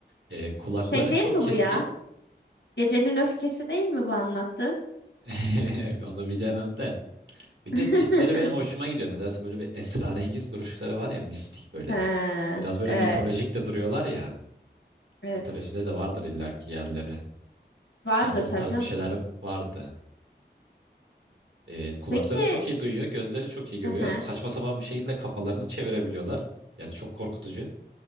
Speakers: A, on the right (about 80°); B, on the left (about 70°).
A: E, kulakları
B: Şey değil
A: çok
B: mi
A: keskin.
B: bu ya? Gecenin öfkesi değil mi bu anlattın?
A: <laughs> Onu bilemem de. Bir
B: <laughs>
A: de tipleri benim hoşuma gidiyor. Nedense böyle bir esrarengiz duruşları var ya mistik böyle.
B: Ha,
A: Biraz böyle
B: evet.
A: mitolojik de duruyorlar ya.
B: Evet.
A: Mitolojide de vardır illaki yerleri.
B: Vardır
A: Sanki o
B: tabii
A: tarz
B: canım.
A: bir şeyler vardı. E, kulakları
B: Peki
A: çok iyi duyuyor, gözleri çok iyi görüyor.
B: hı hı.
A: Saçma sapan bir şekilde kafalarını çevirebiliyorlar. Yani çok korkutucu.